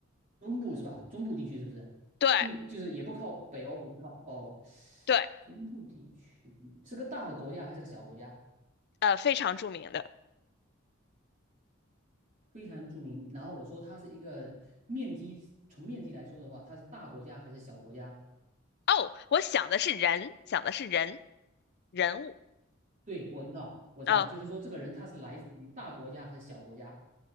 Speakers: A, on the right; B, on the left.
A: 中部是吧？中部地区是不是？
B: 对
A: 并就是也不靠北欧，也不靠哦，
B: 对，
A: 中部地区是个大的国家还是个小国家？
B: 呃，非常著名的。
A: 非常著名。然后我说它是一个面积，从面积来说的话，它是大国家还是小国家？
B: 哦，我想的是人，想的是人，人物。
A: 对，我知道，我知道，
B: 呃
A: 就是说这个人他是来自于大国家还是小国家？